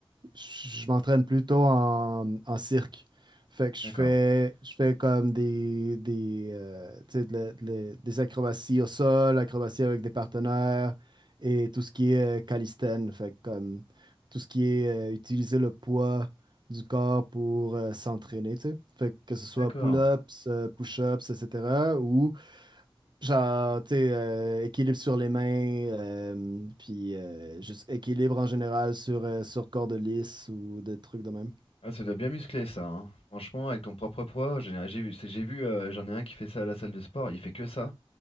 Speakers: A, on the right; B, on the left.
A: je m'entraîne plutôt en, en cirque. Fait que je
B: D'accord,
A: fais, je fais comme des, des, euh, tu sais, de la- de la- des acrobaties au sol, acrobaties avec des partenaires et tout ce qui est euh, calistène. Fait que comme tout ce qui est euh, utiliser le poids du corps pour euh, s'entraîner, tu sais. Fait que, que ce soit
B: d'accord.
A: pull-ups, euh, push-ups, etc. ou Genre, tu sais, euh, équilibre sur les mains, euh, puis euh, juste équilibre en général sur, euh, sur corde lisse ou des trucs de même.
B: Ah, ça doit bien muscler, ça. hein. Franchement, avec ton propre poids, j'ai j'ai vu, c'est- j'ai vu, euh, j'en ai un qui fait ça à la salle de sport, il fait que ça.